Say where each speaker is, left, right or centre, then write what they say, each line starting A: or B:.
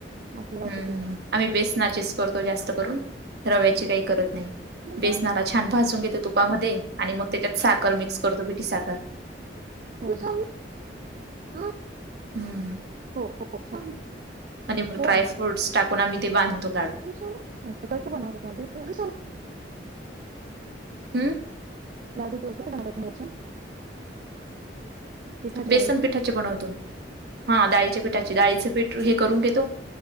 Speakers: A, on the right; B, on the right.
A: आपलं गावठी
B: हम्
A: तूप
B: हम ह आम्ही बेसनाचेस करतो जास्त करून, रव्याचे काही करत नाही.
A: हो
B: बेसनाला
A: हो
B: छान भाजून घेतो तुपामध्ये आणि मग त्याच्यात साखर मिक्स करतो पिठी साखर.
A: हो हो ह
B: हं.
A: हो अच्छा,
B: आणि मग
A: हो
B: ड्राय
A: हो
B: फ्रूट्स टाकून आम्ही ते बांधतो लाडू.
A: असं कसं बनवलं <unintelligible>
B: हं
A: लाडु त किती बनवल्या तुम्ही याचे पिठाचे
B: बेसन
A: डाळीचे
B: पिठाचे बनवतो, हा डाळीचे पी त्याचे डाळीच पीठ हे करून घेतो